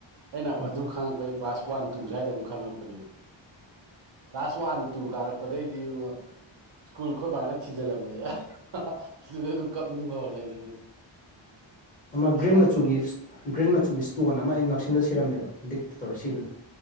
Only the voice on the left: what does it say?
ꯎꯝ
ꯑꯃ
ꯒ꯭ꯔꯤꯟ
ꯃꯆꯨꯒꯤ ꯒ꯭ꯔꯤꯟ ꯃꯆꯨꯒꯤ ꯏꯁꯇꯣꯟ ꯑꯃ ꯑꯩ ꯉꯛꯁꯝꯗ ꯁꯤꯔꯝꯃꯦꯕ ꯛ ꯇꯧꯔ ꯁꯤꯕꯗꯣ